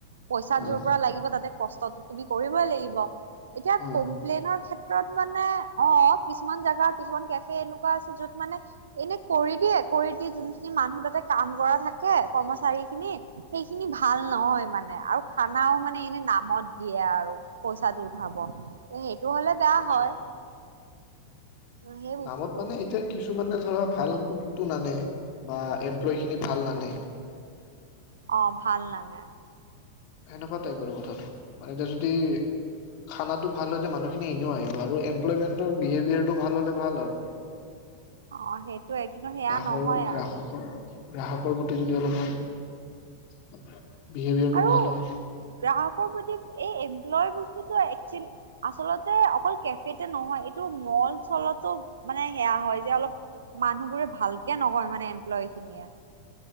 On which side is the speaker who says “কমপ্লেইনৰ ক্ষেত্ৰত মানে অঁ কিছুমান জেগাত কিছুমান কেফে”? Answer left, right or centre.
Right